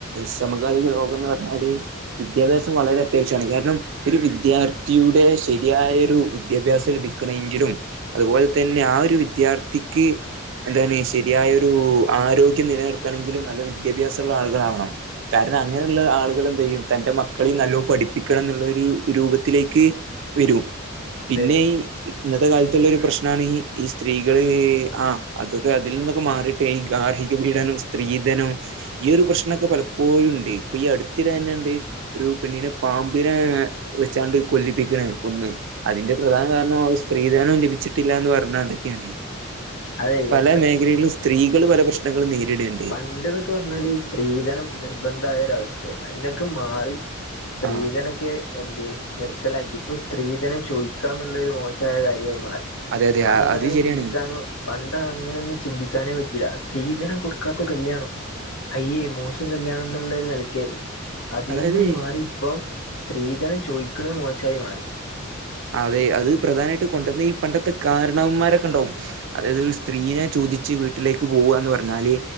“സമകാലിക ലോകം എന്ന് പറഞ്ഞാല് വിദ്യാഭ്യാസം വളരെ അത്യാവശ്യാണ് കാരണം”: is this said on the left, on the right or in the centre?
Right